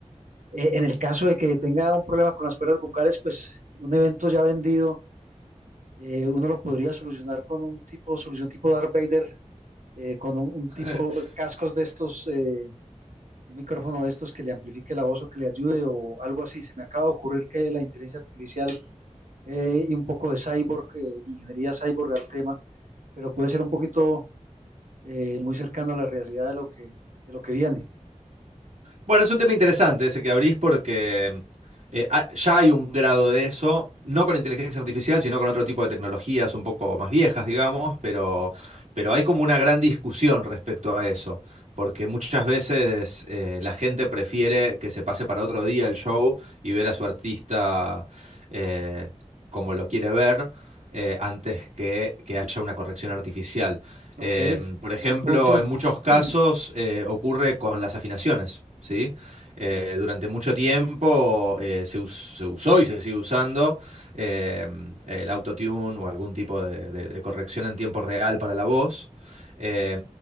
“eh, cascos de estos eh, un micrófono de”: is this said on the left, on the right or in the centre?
Right